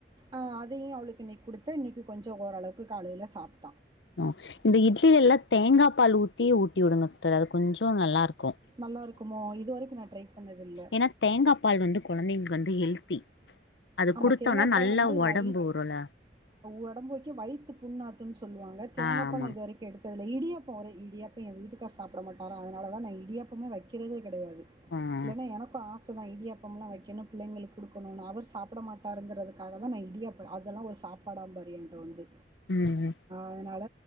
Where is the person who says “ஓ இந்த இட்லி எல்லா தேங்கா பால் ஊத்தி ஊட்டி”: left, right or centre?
Left